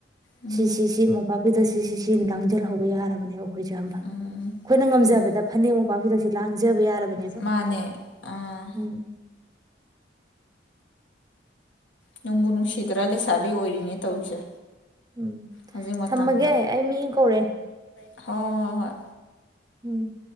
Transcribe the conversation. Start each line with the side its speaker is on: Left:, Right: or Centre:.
Left: ꯎꯝ
Right: ꯁꯤꯁꯤ ꯁꯤ ꯃꯣꯝꯄꯥꯛꯄꯤꯗꯛ ꯁꯤ ꯁꯤ ꯁꯤ ꯂꯥꯡꯁꯤꯜꯍꯧꯕ ꯌꯥꯔꯕꯅꯦꯕ ꯑꯩꯈꯣꯏꯁꯦ ꯈꯪꯕ ꯑꯩꯈꯣꯏꯅ
Left: ꯎꯝ
Right: ꯉꯝꯖꯕꯗ
Left: ꯎꯝ
Right: ꯐꯅꯦꯛ ꯃꯣꯝꯄꯥꯛꯄꯤꯗꯁꯤ ꯂꯥꯡꯖꯕ ꯌꯥꯔꯕꯅꯦꯕ
Left: ꯃꯥꯅꯦ ꯑꯥ
Right: ꯎꯝ꯫
Left: ꯅꯨꯡꯕꯨ ꯅꯨꯡꯁꯤꯗ꯭ꯔꯥ ꯂꯩꯁꯥꯕꯤ ꯑꯣꯏꯔꯤꯅꯦ ꯇꯧꯔꯤꯁꯦ
Right: ꯎꯝ
Left: ꯍꯧꯖꯤꯛ ꯃꯇꯝꯗ
Right: ꯊꯝꯃꯒꯦ ꯑꯩ ꯃꯤ ꯑꯃ ꯀꯧꯔꯛꯑꯦ꯫
Left: ꯍꯣꯏ ꯍꯣꯏ ꯍꯣꯏ
Right: ꯎꯝ